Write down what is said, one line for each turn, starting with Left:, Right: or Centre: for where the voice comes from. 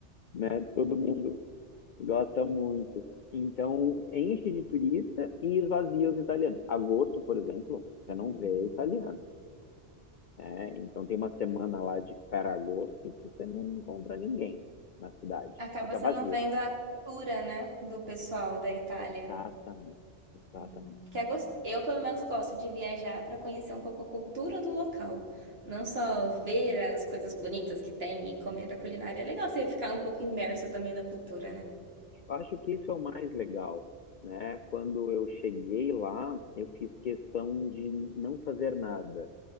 Left: né? Todo mundo gosta muito. Então, enche de turista e esvazia os italianos. Agosto, por exemplo, você
Right: Uhum.
Left: não vê italiano. É, então tem uma semana lá de Ferragosto que você não encontra ninguém na cidade.
Right: Acaba
Left: Fica
Right: você
Left: vazia.
Right: não vendo a cultura, né, do pessoal da Itália.
Left: Exatamente, exatamente.
Right: Hum, que é gos- Eu, pelo menos, gosto de viajar para conhecer um pouco a cultura do local. Não só ver as coisas bonitas que tem e comer da culinária. É legal você ficar um pouco imerso também na cultura, né?
Left: Eu acho que isso é o mais legal, né? Quando eu cheguei lá, eu fiz questão de não fazer nada,